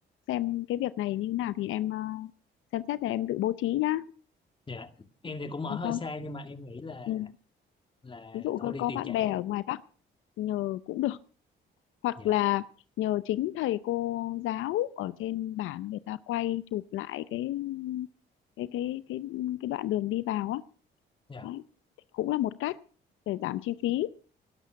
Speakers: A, on the left; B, on the left.
A: xem cái việc này như thế nào thì em ờ, xem xét rồi em tự bố trí nhá
B: dạ em thì cũng
A: được
B: ở hơi
A: không
B: xa nhưng mà em nghĩ là
A: ừ.
B: là
A: ví dụ
B: thôi
A: có
B: đi
A: có
B: tiền
A: bạn
B: trạm
A: bè ở ngoài Bắc nhờ cũng được hoặc
B: dạ
A: là nhờ chính thầy cô giáo ở trên bản người ta quay chụp lại cái cái cái cái cái đoạn đường đi vào á
B: dạ
A: đấy. Thì cũng là một cách để giảm chi phí